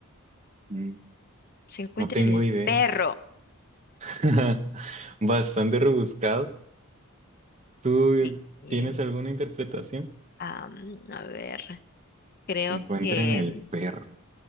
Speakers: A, on the right (about 30°); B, on the left (about 45°).
A: Mm,
B: Se encuentra
A: No tengo
B: en el
A: idea.
B: perro.
A: <laughs> Bastante rebuscado. ¿Tú
B: Y- y,
A: tienes alguna interpretación?
B: am, a ver, creo
A: Se encuentra
B: que
A: en el
B: mm,
A: perro.